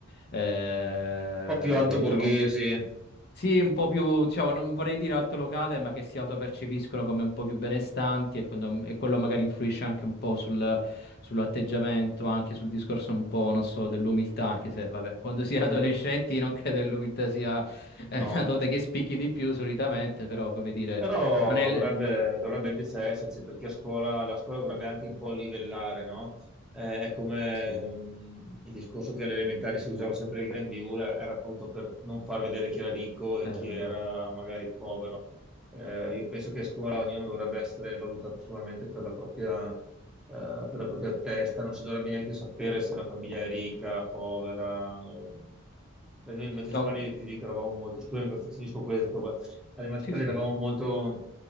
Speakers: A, on the left; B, in the centre.
A: eh,
B: po' più
A: magari
B: alto borghesi.
A: sono un po'... Sì, un po' più, diciamo, non vorrei dire altolocate, ma che si autopercepiscono come un po' più benestanti e, quando- e quello magari influisce anche un po' sul, sull'atteggiamento, anche sul discorso un po', non so, dell'umiltà, anche se, vabbè, quando si è
B: Mm.
A: adolescenti non credo che l'umiltà sia eh,
B: No.
A: una dote che spicchi di più solitamente, però, come dire,
B: Però
A: non è...
B: dovrebbe, dovrebbe invece esserci, perché a scuola, la scuola dovrebbe anche un po' livellare, no? Eh, è come
A: Sì, è
B: mm, il discorso che alle elementari si usava sempre il grembiule, era appunto per non far vedere chi era ricco e
A: vero.
B: chi era magari povero. Eh, io penso che a scuola ognuno dovrebbe essere valutato solamente per la propria, eh, per la propria testa, non si dovrebbe neanche sapere se una famiglia è ricca, povera. o- Per noi i magistrali,
A: No,
B: ti dico, eravamo molto, scusami, questo- finisco questo, alle magistrali
A: sì, sì,
B: eravamo
A: sì.
B: molto,